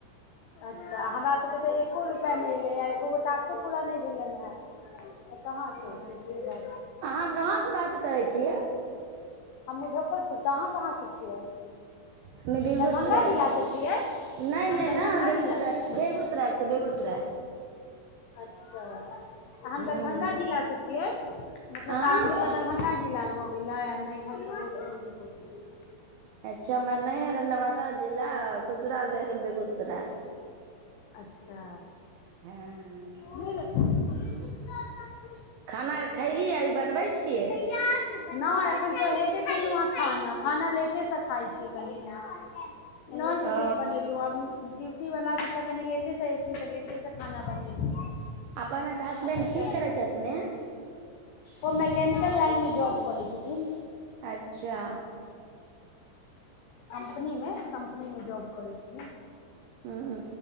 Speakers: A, on the left; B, on the right.
A: अच्छा हमरा सभके तऽ एको रुपैआ नहि एलैए आ एको गो टाकसो पूरा नहि भेलै हेँ कहाँ से
B: अहाँ
A: से ब
B: कहाँ से बात करै छियै
A: हम मुजफ्फरपुर अहाँ कहाँ से छियै
B: हमे बेगूसराय
A: दरभंगा जिलासँ
B: से नहि
A: छियै हम
B: नहि
A: दरभंगा
B: नहि ह बेगूसराय
A: जिलासँ छियै
B: बेगूसराय से बेगुसराय
A: अच्छा हम
B: हूँ
A: दरभंगा जिलासँ छी किए मतलब
B: अहाँ
A: सासुर से दरभंगा जिला मे हो गेला आ नहिहर सब हो गेलै मुजफ्फरपुर मे
B: अच्छा हमर नइहर हय नवादा जिला ससुराल आ भए गेल बेगूसराय
A: अच्छा
B: हँ
A: <inaudible> <inaudible>
B: खाना अर खयली अभी बनबै छियै
A: नहि एखन चढ़ेबे केलहुँ हेँ खाना खाना लेटेसँ खाइ छी कनि आय लेटे
B: ओ
A: सेट बनेलू अभी ड्यूटी इ वला के कनि लेटेसँ ऐथिन तऽ लेटेसँ खाना बनेलहुँ
B: अपन हसबेंड
A: अखन
B: की
A: त
B: करै छथिने
A: ओ मैकेनिकल लाइन मे जॉब करय छथिन
B: अच्छा
A: कम्पनी मे कम्पनी मे जॉब करै छथिन
B: ह